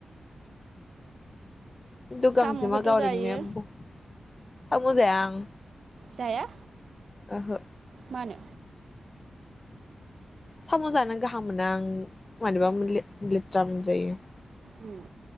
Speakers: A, on the left (about 25°); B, on the right (about 60°).
A: खिन्थु
B: साम'खौथ'
A: गांजेमा गावरेमाया
B: जायो
A: साम' जाया आं।
B: जाया
A: ओहो
B: मानो?
A: साम' जानो गाहाम मोना आं मारैबा मोनोलै लेथ्रा मोनजायो।
B: उम